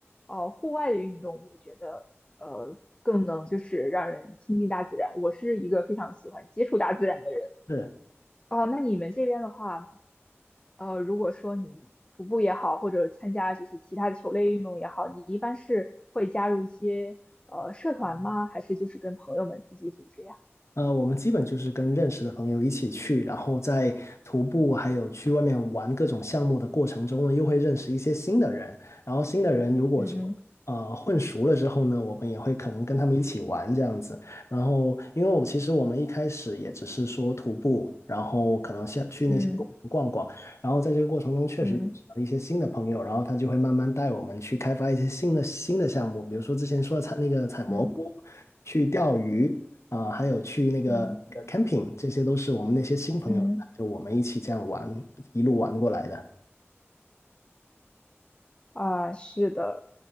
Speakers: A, on the left; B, on the left.
A: 呃，户外的运动，我觉得呃，更能就是让人亲近大自然。我是一个非常喜欢接触大自然的人。
B: 是。
A: 哦，那你们这边的话，呃，如果说你徒步也好，或者参加就是其他的球类运动也好，你一般是会加入一些呃社团吗？还是就是跟朋友们自己组织呀？
B: 呃，我们基本就是跟认识的朋友一起去，然后在徒步还有去外面玩各种项目的过程中呢，又会认识一些新的人。然后新的人如果之后呃混熟了之后呢，
A: 嗯
B: 我们也会可能跟他们一起玩这样子。然后，因为我其实我们一开始也只是说徒步，然后可能像去那些公园逛逛，
A: 嗯
B: 然后在这个过程中确实认识了一些新的朋友，
A: 嗯
B: 然后他就会慢慢带我们去开发一些新的新的项目，比如说之前说的采那个采蘑菇。
A: 嗯
B: 去钓鱼，啊、还有去那个那个
A: 嗯嗯
B: camping，这些都是我们那些新朋友，
A: 嗯。
B: 就我们一起这样玩，一路玩过来的。
A: 啊，是的，